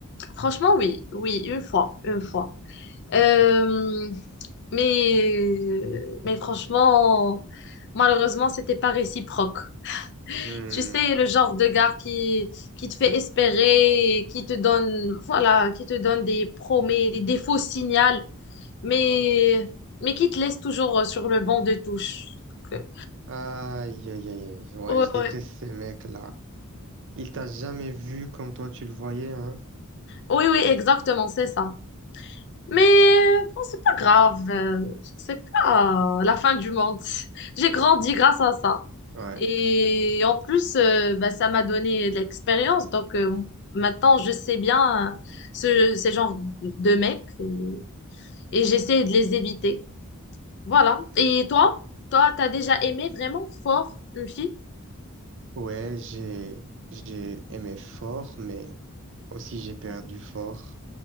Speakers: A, on the left; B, on the right.
A: franchement, oui, oui, une fois, une fois. Euh, mais, mais franchement, malheureusement, c'était pas réciproque.
B: Hmm.
A: Tu sais, le genre de gars qui, qui te fait espérer, qui te donne, voilà, qui te donne des promesses, des, des faux signaux mais, mais qui te laisse toujours euh, sur le banc de touche. Donc, euh,
B: Aïe, aïe, aïe, aïe. Ouais,
A: Ouais,
B: je déteste
A: ouais. euh,
B: ces mecs-là. Il t'a jamais vu comme toi tu le voyais, hein?
A: oui, oui, exactement, c'est ça. Mais euh, bon, c'est pas grave, euh, c'est pas euh, la fin du monde. <laughs> J'ai grandi grâce à ça.
B: Ouais.
A: Et en plus, euh, bah, ça m'a donné de l'expérience. Donc euh, maintenant, je sais bien euh, ce, ces genres de mecs et, et j'essaie de les éviter. Voilà. Et toi, toi, t'as déjà aimé vraiment fort une fille?
B: Ouais, j'ai, j'ai aimé fort, mais aussi j'ai perdu fort.